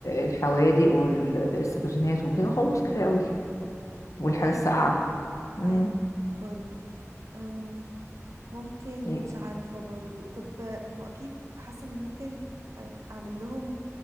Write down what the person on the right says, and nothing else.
طيب
حلو برضو أم ممكن
مش عارفة برضو طب ما هو أكيد حاسة إن ممكن أ- أعمل لهم